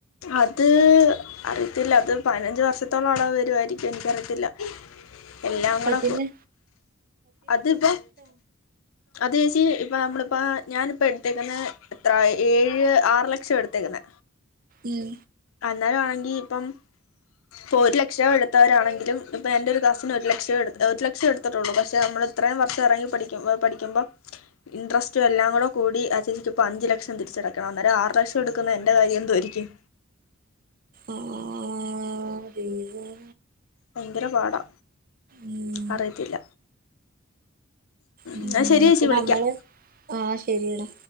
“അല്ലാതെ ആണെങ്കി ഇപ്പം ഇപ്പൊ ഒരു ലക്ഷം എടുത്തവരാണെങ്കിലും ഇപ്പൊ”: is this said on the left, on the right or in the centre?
Left